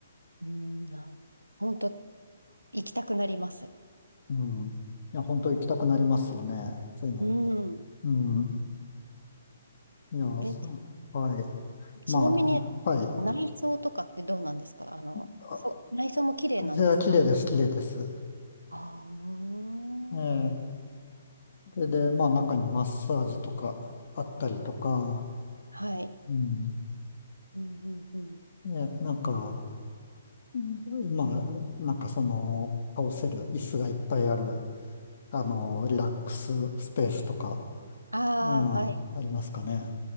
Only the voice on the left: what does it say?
うん。いや、本当行きたくなりますよね。そういうの。
うん、いや、
そう、
はい。まあ、
はい。
あ、
じゃあ、綺麗です、綺麗です。
ええ、それで、
まあ、中にマッサージとかあったりとか、
うん。
ねなんか、うんまあ、なんかその、倒せる椅子がいっぱいある、あの、リラックススペースとか、
うん、
ありますかね。